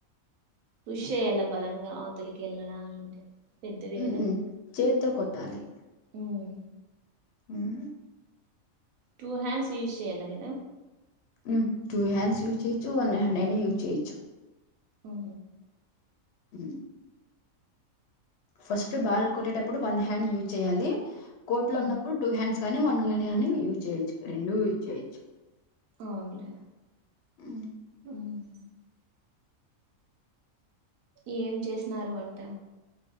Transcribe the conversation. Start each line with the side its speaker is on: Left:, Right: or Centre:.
Right: పుష్ చెయ్యాల బలంగా అవతలికి వెళ్ళడాలంటే పెద్దవి
Left: ఉమ్ మ్మ్ చేత్తో కొ ట్టాలి
Right: ఉమ్మ్
Left: ఉమ్మ్
Right: టూ హ్యాండ్స్ యూస్ చేయాల గదా
Left: ఉమ్ టుూ హ్యాండ్స్ యూస్ చెయ్యచ్చు వన్ హ్యాండ్ అయినా యూస్ చెయ్యచ్చు
Right: అఓ
Left: <inaudible> ఫస్ట్ బాల్ కొట్టేటప్పుడు వన్ హ్యాండ్ యూజ్ చేయాలి కొట్లో
Right: మ్మ్
Left: ఉన్నప్పుడు టూ హ్యాండ్స్ కానీ వన్గాని అని యుజ్ చేయిచ్చు రెండూ యుజ్ చేయిచ్చు
Right: అవునులే
Left: ఉ
Right: మ్ ఏం చేసినారు వంట